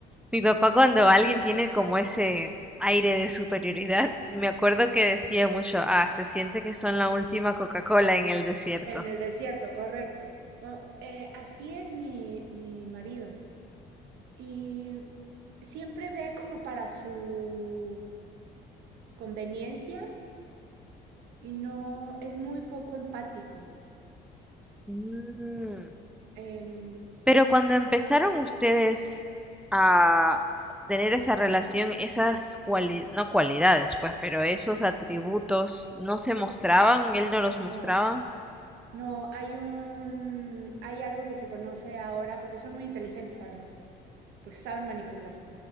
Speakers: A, in the centre; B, on the right.
A: Mi papá cuando alguien tiene como ese aire de superioridad, me acuerdo que decía mucho, ah, se siente que son la última Coca-Cola en el desierto.
B: en el desierto, correcto. Bueno, eh, así es mi, mi marido. Y siempre ve como para su conveniencia y no es muy poco empático.
A: Mm,
B: Eh,
A: Pero cuando empezaron ustedes a tener esa relación, esas cualidades, no cualidades, pues, pero esos atributos no se mostraban, él no los
B: no,
A: mostraba,
B: No, hay un, hay algo que se conoce ahora, porque son muy inteligentes además, porque saben manipular.